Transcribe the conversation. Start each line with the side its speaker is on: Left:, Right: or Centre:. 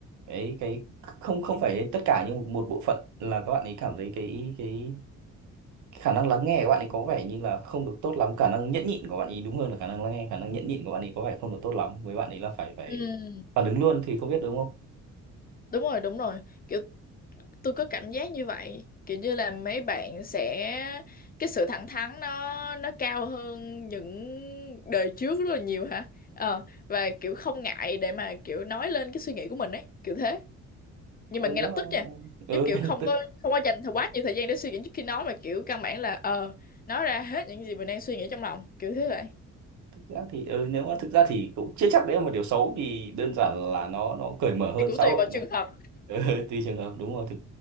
Right: cái cái không không phải tất cả nhưng một bộ phận là các bạn ấy cảm thấy cái cái khả năng lắng nghe của bạn ấy có vẻ như là không được tốt lắm khả năng nhẫn nhịn của bạn ấy đúng hơn là khả năng lắng nghe khả năng nhẫn nhịn của bạn ấy có vẻ không được tốt lắm với bạn ấy là phải phải
Left: ừ,
Right: phản ứng luôn thì không biết đúng không
Left: đúng rồi đúng rồi kiểu tôi có cảm giác như vậy kiểu như là mấy bạn sẽ cái sự thẳng thắn nó nó cao hơn những đời trước rất là nhiều hả ờ và kiểu không ngại để mà kiểu nói lên cái suy nghĩ của mình ấy kiểu thế nhưng
Right: ừ,
Left: mà ngay
Right: nếu
Left: lập
Right: mà
Left: tức nha
Right: ừ,
Left: chứ kiểu
Right: <laughs> ngay
Left: không
Right: lập tức
Left: có không có dành thời quá nhiều thời gian để suy nghĩ trước khi nói mà kiểu căn bản là ờ nói ra hết những gì mình đang suy nghĩ trong lòng kiểu thế vậy
Right: thực ra thì ừ, nếu mà thực ra thì cũng chưa chắc đấy là một điều xấu vì đơn giản là nó nó cởi mở hơn
Left: thì cũng
Right: xã
Left: tùy
Right: hội
Left: vào trường hợp
Right: Ừ, <laughs> tùy trường hợp đúng rồi thực